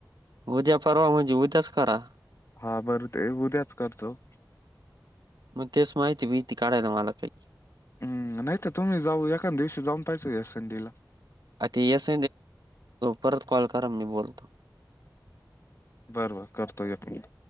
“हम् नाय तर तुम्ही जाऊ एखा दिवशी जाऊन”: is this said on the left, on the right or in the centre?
Left